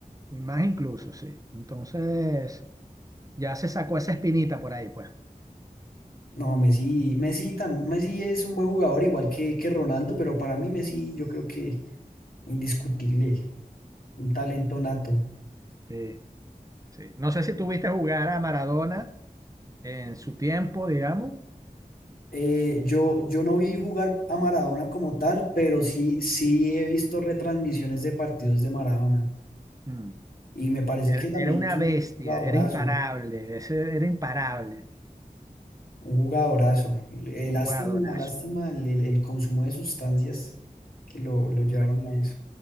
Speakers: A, on the right (about 25°); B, on the left (about 80°).
A: Y más incluso, sí. Entonces, ya se sacó esa espinita por ahí, pues.
B: No, Messi, Messi, tam- Messi es un buen jugador, igual que, que Ronaldo, pero para mí Messi yo creo que indiscutible, un talento nato.
A: Sí, sí. No sé si tuviste jugar a Maradona en su tiempo, digamos.
B: Eh, yo, yo no vi jugar a Maradona como tal, pero sí, sí he visto retransmisiones de partidos de Maradona
A: Mm.
B: y me parece
A: Era,
B: que también
A: era una
B: es un
A: bestia,
B: jugadorazo,
A: era imparable, ese era imparable,
B: un jugadorazo. Eh,
A: un jugadorazo.
B: lástima, lástima el, el- el consumo de sustancias que lo, lo llevaron
A: Exa-
B: a eso.